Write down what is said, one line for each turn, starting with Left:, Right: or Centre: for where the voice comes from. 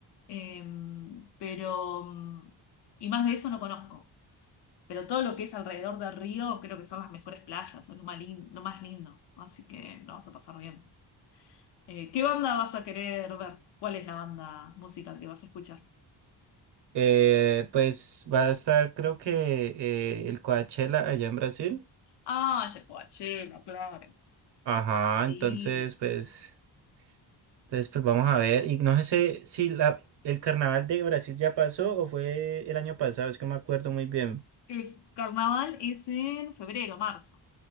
Left: Eh, pero, mm, y más de eso no conozco. Pero todo lo que es alrededor del río creo que son las mejores playas, es lo más lindo, lo más lindo. Así que lo vas a pasar bien. Eh, ¿qué banda vas a querer ver? ¿Cuál es la banda musical que vas a escuchar?
Right: Eh, pues va a estar creo que eh, el Coachella allá en Brasil.
Left: Ah, ese Coachella, claro.
Right: Ajá,
Left: Increíble.
Right: entonces pues... Entonces, pues vamos a ver. Y no sé si la, el carnaval de Brasil ya pasó o fue el año pasado, es que no me acuerdo muy bien.
Left: El carnaval es en febrero, marzo.